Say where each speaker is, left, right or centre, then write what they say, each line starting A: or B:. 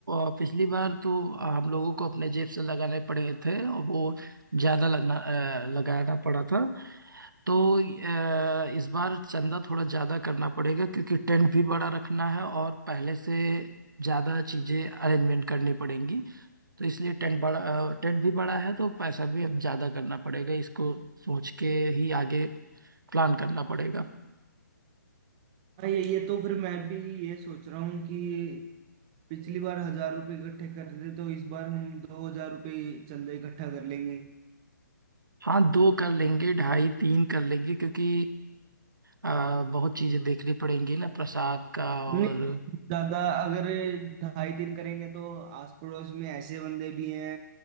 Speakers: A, on the right; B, on the right.
A: अ, पिछली बार तो अ, हम लोगों को अपने जेब से लगाने पड़े थे और वो ज्यादा लगना अ, लगाना पड़ा था तो अ, इस बार चंदा थोड़ा ज्यादा करना पड़ेगा क्योंकि टेंट भी बड़ा रखना है और पहले से ज्यादा चीजें अरेंजमेंट करनी पड़ेंगी तो इसलिए टेंट बड़ा अ, टेंट भी बड़ा है तो पैसा भी अब ज्यादा करना पड़ेगा इसको सोच के ही आगे प्लान करना पड़ेगा
B: हाँ ये ये तो फिर मैं भी ये सोच रहा हूँ कि पिछली बार हजार रुपये इकट्ठे कर रहे थे तो इस बार हम दो हजार रुपये चंदा इकट्ठा कर लेंगे
A: हाँ दो कर लेंगे ढाई तीन कर लेंगे क्योंकि आ, बहुत चीजें देखनी पड़ेंगी ना प्रसाद का और
B: नहीं ज्यादा अगर ढाई दिन करेंगे तो आस पड़ोस में ऐसे बंदे भी हैं